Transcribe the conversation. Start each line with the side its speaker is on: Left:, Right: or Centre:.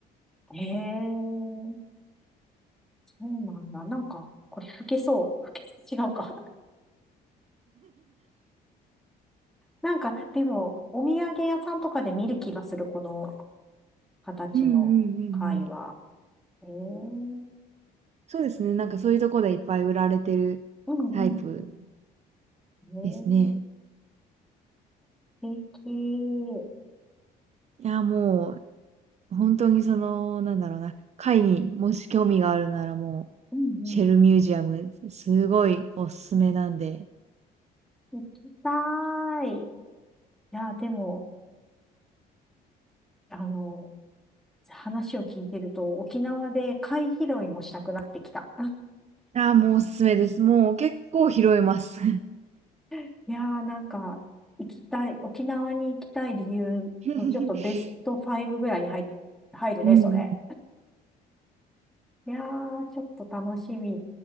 Centre: へえ。そうなんだ。なんか、これ吹けそう。吹けそう。違うか。なんか、でも、お土産屋さんとかで見る気がする、この形の貝は。
Right: うんうんうんうん。
Centre: えー、うん
Right: そうですね。なんかそういうとこでいっぱい売られてる
Centre: うん
Right: タイプ
Centre: うん。えー、
Right: ですね。
Centre: 素敵。
Right: いや、もう本当にその、なんだろうな。貝にもし興味があるならもう、
Centre: うんうん。
Right: シェルミュージアム、すごいおすすめなんで。
Centre: 行きたい。いや、でも、あの、話を聞いてると、沖縄で貝拾いもしたくなってきた。
Right: ああ、もうおすすめです。もう結構拾えます。
Centre: いやー、なんか、行きたい、沖縄に行きたい理由のちょっとベスト5ぐらいに入、
Right: <laughs>
Centre: 入るね、
Right: うんうん。
Centre: それ。いやー、ちょっと楽しみ。